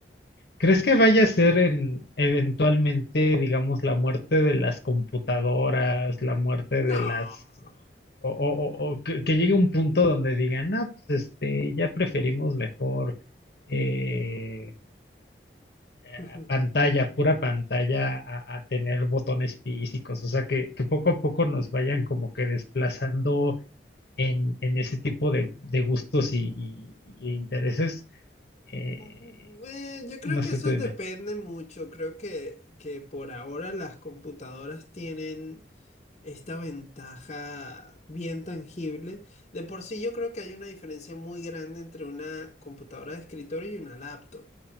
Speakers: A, on the left; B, on the left.
A: ¿Crees que vaya a ser en eventualmente, digamos, la muerte de las computadoras, la muerte
B: No.
A: de las o, o- o- o que, que llegue un punto donde digan, ah, pues este, ya preferimos mejor eh, eh,
B: <laughs>
A: pantalla, pura pantalla, a, a tener botones físicos? O sea, que, que poco a poco nos vayan como que desplazando en, en ese tipo de, de gustos y, y- y intereses. eh,
B: Ujú. Eh, yo creo
A: no
B: que
A: sé,
B: eso
A: tú dime.
B: depende mucho. Creo que, que por ahora las computadoras tienen esta ventaja bien tangible. De por sí yo creo que hay una diferencia muy grande entre una computadora de escritorio y una laptop.